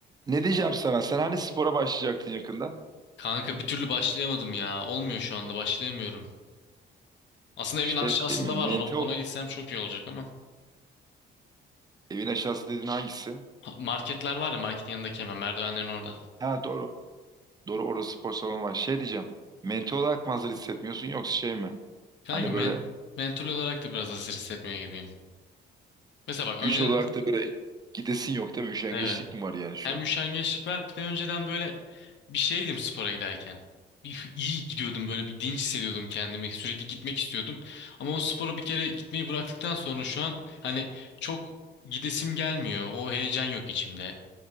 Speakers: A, on the right; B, on the left.
A: Ne diyeceğim sana? Sen hani spora başlayacaktın yakında?
B: Kanka bir türlü başlayamadım ya. Olmuyor şu anda başlayamıyorum. Aslında
A: Şey
B: evin aşağısında
A: mi? Mental
B: var ona ona gitsem çok iyi olacak ama.
A: evin aşağısı dediğin hangisi?
B: Ha- Marketler var ya marketin yanındaki hemen merdivenlerin orada.
A: Ha doğru. Doğru orada spor salonu var. Şey diyeceğim. mental olarak mı hazır hissetmiyorsun yoksa şey mi?
B: Kanka
A: Hani
B: men
A: böyle
B: mental olarak da biraz hazır hissetmiyor gibiyim. Mesela bak önceden
A: güç olarak
B: çok
A: da böyle gidesin yok değil mi? Üşengeçlik
B: evet
A: mi var yani şu
B: hem
A: an?
B: üşengeçlik var bir de önceden böyle bir şeydim spora giderken. Bir, iyi gidiyordum böyle bir dinç hissediyordum kendimi sürekli gitmek istiyordum. Ama o spora bir kere gitmeyi bıraktıktan sonra şu an hani çok gidesim gelmiyor o heyecan yok içimde.